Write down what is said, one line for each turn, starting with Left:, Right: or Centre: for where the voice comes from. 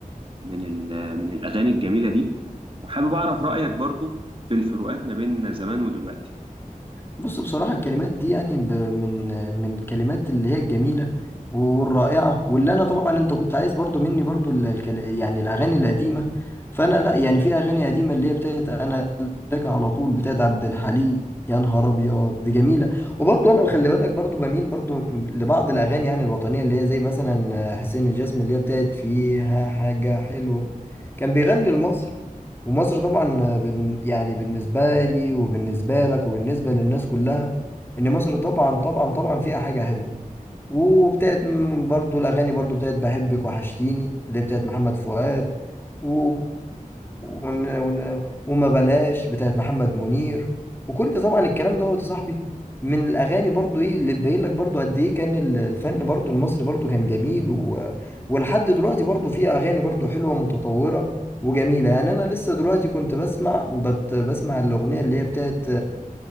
Right: من ال- من الأغاني الجميلة دي وحابب أعرف رأيك برضو في الفروقات ما بين زمان ودلوقتي
Left: بص بصراحة الكلمات دي يعني ب- من من الكلمات اللي هي الجميلة والرائعة واللي أنا طبعا أنت كنت عايز برضو مني برضو ال- الكل- يعني الأغاني القديمة فأنا لأ يعني في أغاني قديمة اللي هي بتاعت أنا لك على طول بتاعت عبد الحليم يا نهار أبيض دي جميلة وبرضو أنا خلي بالك برضو بميل برضو لبعض الأغاني يعني الوطنية اللي هي زي مثلا حسين الجسمي اللي هي بتاعت فيها حاجة حلوة كان بيغني لمصر ومصر طبعا بن يعني بالنسبة لي وبالنسبة لك وبالنسبة للناس كلها إن مصر طبعا طبعا طبعا فيها حاجة حلوة وابتدت م- برضو الأغاني برضو ابتدت بحبك وحشتيني اللي بتاعت محمد فؤاد و... ون... ون... وما بلاش بتاعت محمد منير وكل طبعا الكلام دوت يا صاحبي من الأغاني برضو إيه اللي تبين لك برضو قد إيه كان ال- الفن برضو المصري برضو كان جميل و... ولحد دلوقتي برضو فيه أغاني برضو حلوة متطورة وجميلة يعني أنا لسه دلوقتي كنت بسمع بت... بسمع الأغنية اللي هي بتاعت